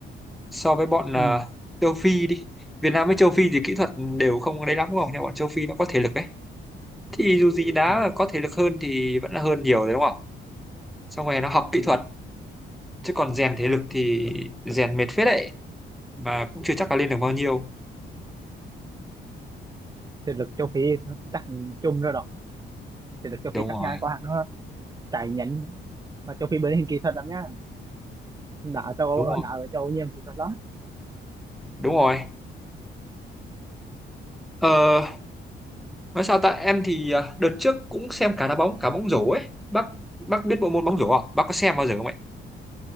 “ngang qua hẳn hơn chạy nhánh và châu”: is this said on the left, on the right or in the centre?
Right